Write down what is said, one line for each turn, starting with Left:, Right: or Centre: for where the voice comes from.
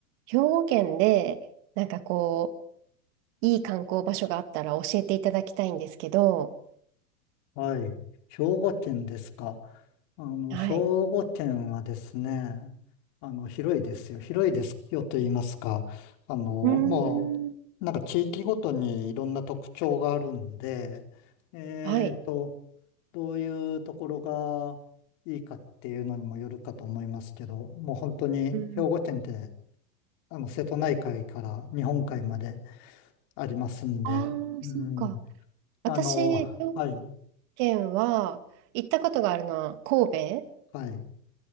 Right: 兵庫県で、なんかこう、いい観光場所があったら教えていただきたいんですけど、
Left: はい。兵庫県ですか。あの、
Right: はい、
Left: 兵庫県はですね、あの、広いですよ。広いですよと言いますか。あの、
Right: うーん、
Left: もう、なんか地域ごとにいろんな特徴があるんで、えーと、
Right: はい。
Left: どういうところがいいかっていうのにもよるかと思いますけど、もう本当に兵庫県って、
Right: うん、
Left: あの、瀬戸内海から日本海までありますんで、
Right: ああ、
Left: うん、
Right: そうか。私、
Left: あの、
Right: 兵庫
Left: はい、
Right: 県は行ったことがあるのは神
Left: はい。